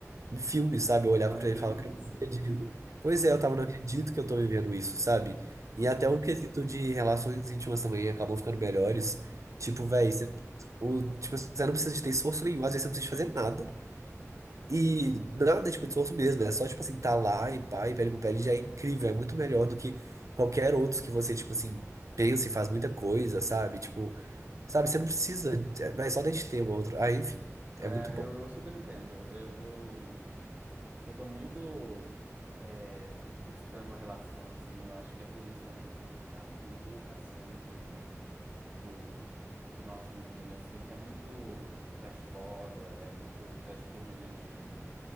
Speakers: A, on the right; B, on the right.
A: um filme, sabe? Eu olhava
B: Ai,
A: pra
B: delícia.
A: ele e falava, cara, eu não acredito. Pois
B: Ai.
A: é, eu tava, não acredito que eu tô vivendo isso, sabe? E
B: Aham.
A: até o quesito de relações íntimas também acabou ficando melhores. Tipo, véi, você, o, tipo, você não precisa de ter esforço nenhum, às vezes você não precisa de fazer nada. E nada, tipo, de esforço mesmo. É só, tipo assim, tá lá e pá, e pele com pele já é incrível. É muito melhor do que qualquer outro que você, tipo assim, pensa e faz muita coisa, sabe? Tipo, sabe, você não precisa, é- vai só da gente ter o outro. Ah, enfim, é
B: É,
A: muito bom.
B: eu, eu super entendo. Eu, eu Eu tô muito é, buscando uma relação, assim. Eu acho que é por isso também que eu. Ai, tô- eu cansei de, do, do nosso mundinho, assim, que é muito fast foda, é muito fast food, né? De,